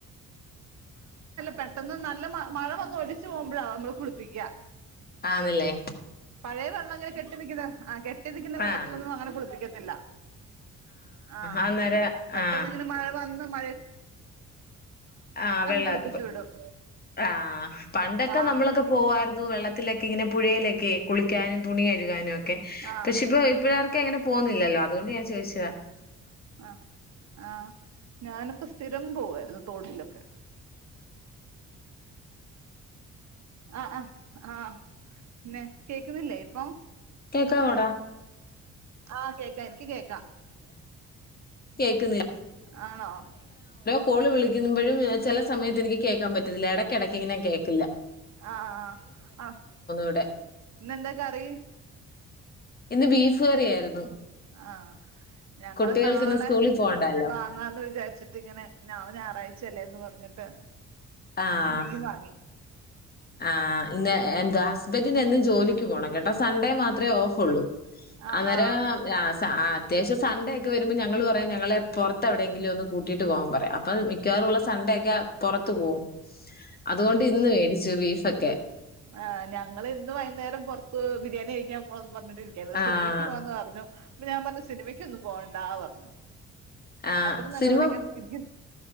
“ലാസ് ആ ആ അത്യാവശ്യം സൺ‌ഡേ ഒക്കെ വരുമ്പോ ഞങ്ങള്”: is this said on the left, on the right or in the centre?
Left